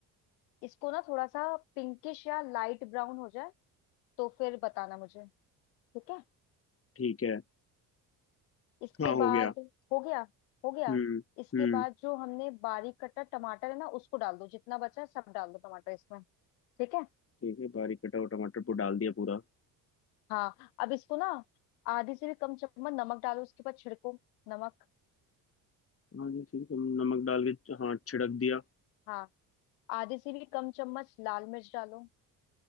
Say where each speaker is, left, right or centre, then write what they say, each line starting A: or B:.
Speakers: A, on the left; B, on the left.
A: इसको ना थोड़ा सा पिंकिश या लाइट ब्राउन हो जाए तो फिर बताना मुझे ठीक है
B: ठीक है
A: इसके
B: हाँ हो
A: बाद
B: गया
A: हो गया हो गया
B: हम्म
A: इसके
B: हम्म
A: बाद जो हमने बारीक कटा टमाटर है ना उसको डाल दो जितना बचा है सब डाल दो टमाटर इसमें ठीक है
B: ठीक है बारीक कटा हुआ टमाटर को डाल दिया पूरा
A: हाँ अब इसको ना आधी से भी कम चम्मच नमक डालो उसके बाद छिड़को नमक
B: हाँ जी ठीक है नमक डाल के हाँ छिड़क दिया
A: हाँ आधे से भी कम चम्मच लाल मिर्च डालो